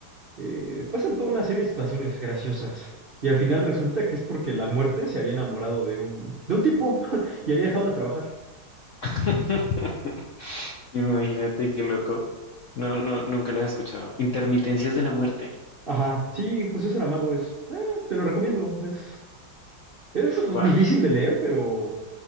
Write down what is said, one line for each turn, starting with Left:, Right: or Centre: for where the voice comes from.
Right: eh, pasan toda una serie de situaciones graciosas. Y al final resulta que es porque la muerte se había enamorado de un, de un tipo <laughs> y había dejado de trabajar.
Left: <laughs> Imagínate qué loco. No, no, nunca lo he escuchado. Intermitencias de la muerte.
Right: Ajá, sí, José Saramago es, eh, te lo recomiendo, es, es
Left: Va-
Right: difícil de leer, pero